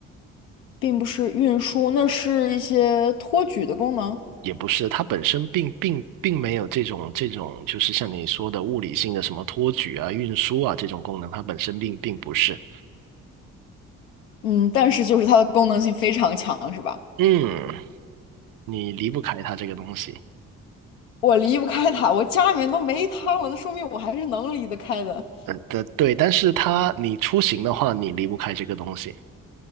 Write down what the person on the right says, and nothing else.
也不是，它本身并并并没有这种这种，就是像你说的物理性的什么托举啊、运输啊这种功能，它本身并并不是。
嗯，你离不开它这个东西。
嗯，的对，但是它你出行的话，你离不开这个东西。